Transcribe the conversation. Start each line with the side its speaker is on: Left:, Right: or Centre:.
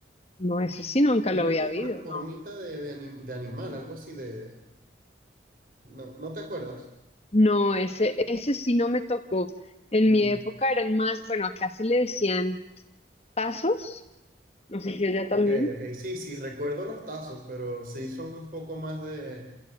Left: No, eso sí nunca
Right: Tenía
Left: lo había
Right: como
Left: habido,
Right: una formita
Left: no.
Right: de, de, anim- de animal, algo así de... ¿No, no te acuerdas?
Left: No, ese, ese sí no me tocó. En
Right: Ujú.
Left: mi época eran más, bueno, acá se le decían tazos, no sé si allá
Right: Ok,
Left: también,
Right: ok. Sí, sí, recuerdo los tazos, pero sí son un poco más de,